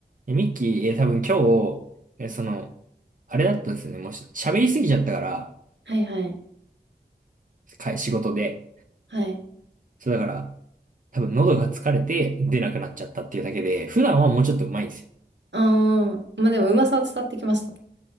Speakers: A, on the right (about 50°); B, on the right (about 85°).
A: えミッキー、え、多分今日、え、その、あれだったんですよね。もうし喋りすぎちゃったから、
B: はいはい。
A: か仕事で。
B: はい。
A: そうだから、多分喉が疲れて出なくなっちゃったっていうだけで、普段はもうちょっと上手いんです
B: あー、まあでもうまさは伝わってきました。